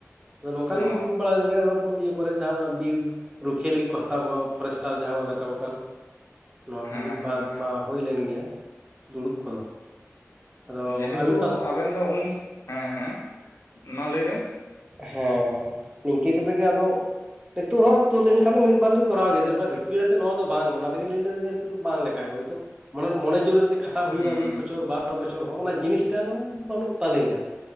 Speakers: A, on the right; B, on the left.
A: ᱟᱫᱚ ᱱᱚᱝᱠᱟᱞᱤᱧ
B: ᱚ
A: ᱫᱩᱲᱩᱵ ᱵᱟᱲᱟᱭᱮᱱ ᱜᱮ ᱠᱚᱨᱮ ᱡᱟᱦᱟᱸ ᱵᱤᱨ ᱨᱩᱠᱷᱤᱭᱟᱹ ᱞᱟᱹᱜᱤᱫ ᱠᱚ ᱦᱟᱛᱟᱣ ᱠᱚᱣᱟ, ᱯᱷᱚᱨᱮᱥᱴᱟᱨ ᱡᱟᱦᱟᱸ ᱵᱚᱱ ᱢᱮᱛᱟ ᱠᱚ ᱠᱟᱱ᱾ ᱱᱚᱣᱟ
B: ᱦᱮᱸ
A: ᱠᱚ ᱢᱤᱫ
B: ᱦᱮᱸ
A: ᱵᱟᱨ
B: ᱦᱮᱸ
A: ᱢᱟ ᱦᱩᱭᱞᱮᱱ ᱜᱮᱭᱟ ᱫᱩᱲᱩᱵ ᱠᱚᱫᱚ᱾ ᱟᱫᱚ
B: ᱡᱮᱦᱮᱛᱩ
A: ᱟᱹᱵᱤᱱ ᱯᱟᱥ
B: ᱟᱵᱮᱱ ᱫᱚ ᱩᱱ ᱦᱮᱸ ᱦᱮᱸ ᱢᱟ ᱞᱟᱹᱭ ᱵᱮᱱ?
A: ᱦᱮᱸᱻ ᱦᱮᱸᱻ ᱱᱤᱝᱠᱟᱹ ᱠᱟᱛᱮᱜ ᱜᱮ ᱟᱫᱚ᱾ ᱱᱤᱛᱚᱜ ᱦᱚᱸ ᱛᱩᱫ ᱞᱮᱱᱠᱷᱟᱱ ᱫᱚ ᱢᱤᱫ ᱵᱟᱨ ᱞᱤᱧ ᱠᱚᱨᱟᱣ ᱜᱮᱭᱟ᱾ ᱱᱚᱝᱠᱟ ᱨᱤᱠᱤᱲ ᱟᱛᱮᱜ ᱱᱚᱣᱟ ᱫᱚ ᱵᱟᱝ ᱚᱱᱟ ᱛᱮᱜᱮ ᱞᱟᱹᱭᱫᱟ ᱡᱮ ᱱᱤᱛᱚᱜ ᱫᱚ ᱵᱟᱝ ᱞᱮ ᱞᱮᱠᱟᱜᱮ ᱦᱳᱭᱛᱳ ᱢᱟᱱᱮ ᱢᱚᱱ ᱡᱳᱨᱮ ᱡᱤ ᱠᱷᱟ ᱠᱷᱴᱟᱜ ᱦᱩᱭᱩᱜ-ᱟ
B: ᱦᱩᱸ
A: ᱢᱤᱫ ᱵᱚᱪᱷᱚᱨ ᱵᱟᱨ ᱵᱚᱪᱷᱚᱨ, ᱦᱚᱜ-ᱚᱱᱟ ᱡᱤᱱᱤᱥᱴᱟ ᱫᱚ ᱵᱟᱹᱱᱩᱜ ᱛᱟᱹᱟᱞᱤᱧᱟ᱾